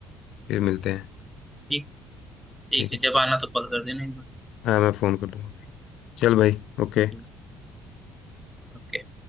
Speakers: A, on the left; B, in the centre.
A: फिर मिलते हैं
B: ठीक ठीक
A: ठीक
B: से
A: है
B: जब आना तो कॉल कर देना एक बार
A: हाँ मैं फ़ोन कर दूंगा चल भाई ओके
B: ठीक ओके